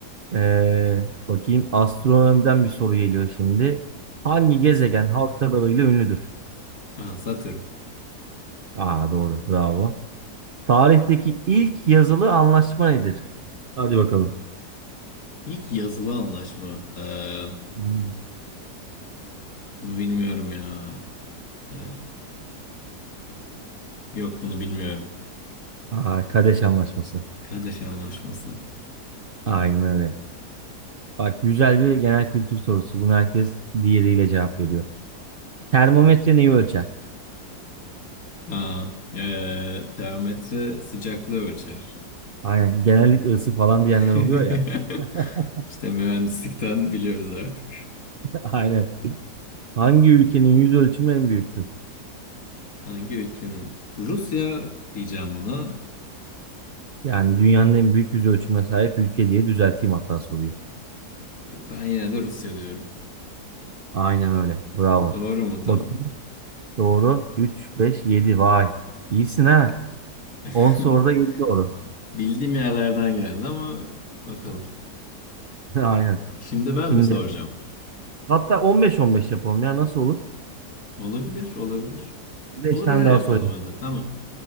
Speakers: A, on the right (about 65°); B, on the left (about 55°).
A: Ee, bakayım astronomiden bir soru geliyor şimdi. Hangi
B: Gelsin.
A: gezegen halk kadarıyla ünlüdür?
B: Aa Satürn.
A: Aa doğru. Bravo. Tarihteki ilk yazılı anlaşma nedir? Hadi bakalım.
B: İlk yazılı anlaşma. Ee,
A: Hmm.
B: bunu bilmiyorum ya. Ee, yok bunu bilmiyorum.
A: Aa, Kadeş Anlaşması.
B: Kardeş anlaşması. Tamam.
A: Aynen öyle. Bak güzel bir genel kültür sorusu. Bunu herkes diğeriyle cevap veriyor. Termometre neyi ölçer?
B: Aa, ee, termometre sıcaklığı ölçer.
A: Aynen. Genellikle ısı falan diyenler
B: <laughs>
A: oluyor ya. <laughs>
B: İşte mühendislikten biliyoruz artık.
A: Aynen. Hangi ülkenin yüz ölçümü en büyüktür?
B: Hangi ülkenin? Rusya diyeceğim buna.
A: Yani dünyanın en büyük yüz ölçümüne sahip ülke diye düzelteyim hatta soruyu.
B: Ben yine de Rusya diyorum.
A: Aynen öyle. Bravo.
B: Doğru mu? Tamam.
A: Bakayım. Doğru. 3, 5, 7. Vay. İyisin ha.
B: <laughs>
A: 10 soruda 7 doğru.
B: Bildiğim yerlerden geldi ama bakalım.
A: <laughs> Aynen.
B: Şimdi ben
A: Şimdi
B: mi soracağım?
A: hatta 15-15 yapalım ya nasıl olur?
B: Olabilir, olabilir.
A: 5
B: Olur
A: tane
B: öyle
A: daha
B: yapalım
A: sorayım.
B: hadi. Tamam.